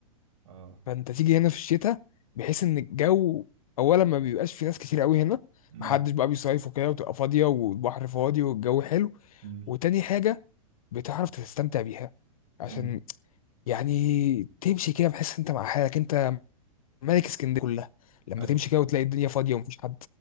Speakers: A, on the right (about 65°); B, on the left (about 75°).
A: اه
B: فانت تيجي هنا في الشتاء بحيث ان الجو اولا ما بيبقاش في ناس كتير قوي هنا
A: امم
B: محدش بقى بيصيف وكده وتبقى فاضيه والبحر فاضي والجو حلو
A: امم
B: وتاني حاجه بتعرف تستمتع بيها عشان
A: امم
B: يعني تمشي كده بحيث انت مع حالك انت ملك اسكندريه كلها لما
A: ايوه
B: تمشي كده وتلاقي الدنيا فاضيه ومفيش حد